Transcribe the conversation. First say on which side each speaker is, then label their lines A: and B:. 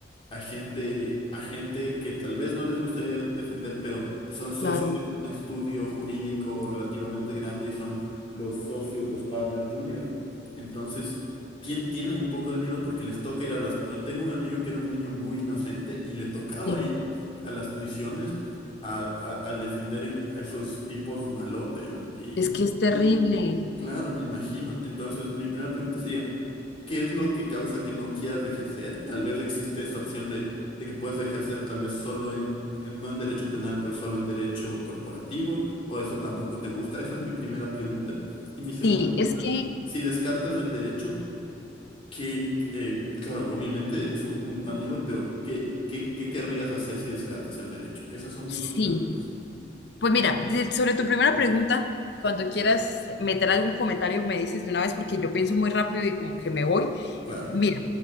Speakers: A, on the left (about 30°); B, on the left (about 60°).
A: a gente, a gente que tal vez no les gustaría defender, pero son socios
B: claro,
A: de un estudio jurídico relativamente grande y son los socios, los partners junior. Entonces, tien- tienen un poco de miedo porque les toca ir a las... Tengo un amigo que era un niño muy inocente y le tocaba
B: sí.
A: ir a las prisiones a, a- a defender a esos tipos malotes. Y,
B: Es que es terrible.
A: y, Claro, me imagino. Entonces, mi primera pregunta sería, ¿qué es lo que causa que no quieras ejercer? Tal vez existe esta opción de, de que puedes ejercer tal vez solo en, en- no en derecho penal, pero solo en derecho corporativo, o eso tampoco te gusta. Esa es mi primera pregunta. Y
B: Sí,
A: mi segunda pregunta
B: es que
A: es, si descartas el derecho, ¿qué, eh, claro, obviamente eso un- da miedo, pero ¿qué, qué, qué querrías hacer si descartas el derecho? Esas son
B: sí.
A: mis dos preguntas.
B: Pues mira, de- sobre tu primera pregunta, cuando quieras meter algún comentario, me dices de una vez porque yo pienso muy rápido y como que me voy.
A: Claro.
B: Mira,